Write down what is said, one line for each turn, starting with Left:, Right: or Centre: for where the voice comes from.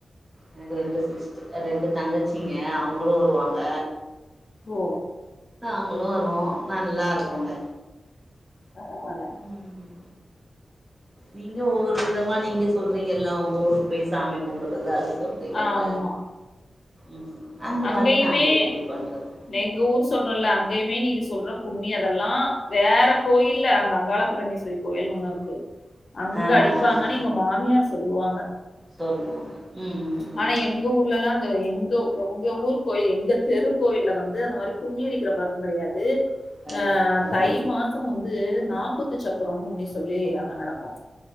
Right: எனக்கு ரெண்டு சிஸ்ட் ரெண்டு தங்கச்சிங்க அவுங்களு வருவாங்க
Left: ஓ
Right: நாங்களு வருவோ நல்லா இருக்குங்க
Left: பரவால
Right: ம் நீங்க ஒவ்வொரு விதமா நீங்க சொல்றீங்கல்ல அவுங்க ஊருக்கு போய் சாமி கும்புறது அது சொல்றீங்கல்ல
Left: ஆமா.
Right: ம் அந்த
Left: அங்கயுமே
Right: மாரி நாங்க இப்டி பண்றது
Left: எங்க ஊர் சொல்றோல்ல அங்கயுமே நீங்க சொல்ற கும்மி அதெல்லா வேற கோயில்ல அங்க அங்காள பரமேஸ் வரி கோயில்ன் ஒன்னு இருக்கு அங்க
Right: ஆ
Left: அடிப்பாங்கனு
Right: ஆ ஆ ஆ
Left: எங்க மாமியார் சொல்லுவாங்க
Right: சொல்லுவாங்க ம் ம் ம்
Left: ஆனா
Right: ம்
Left: எங் க ஊர்லலா அந்த எங்க எங்க ஊர் கோயில் எங்க தெரு கோயில வந்து அந்த மாரி கும்மியடிக்கிற பழக்க கெடயாது
Right: கெடையாது
Left: து அ
Right: ஆ
Left: தை மாச் ச வந்து நாப்பத்து சப்பரனு உண்மை சொல்லி அங்க நடக்கு